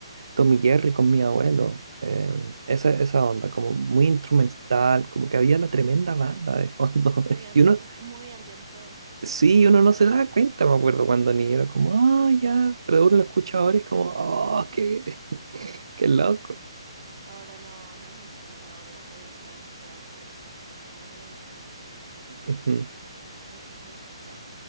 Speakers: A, on the right (about 65°); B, on the right (about 45°).
A: Tommy Jerry con mi abuelo. Eh, esa, esa onda, como muy instrumental, como que había la tremenda banda de fondo.
B: muy
A: <laughs>
B: ambien-
A: Y uno,
B: muy ambientada.
A: Sí, uno no se da cuenta, me acuerdo cuando niño era como, ah,
B: Ujú.
A: ya, pero uno lo escucha ahora y es como, oh, qué, qué loco.
B: Ahora no, no es así. Ahora eh, las de antes eran como muy producidas, así como
A: Ujú.
B: mucha gente atrás.